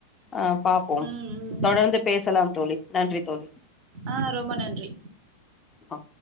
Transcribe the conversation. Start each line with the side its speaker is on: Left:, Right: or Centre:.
Left: அஹ் பாப்போம்
Right: ம் ம்
Left: தொடர்ந்து பேசலாம் தோழி நன்றி தோழி
Right: ஆ ரொம்ப நன்றி
Left: ஆ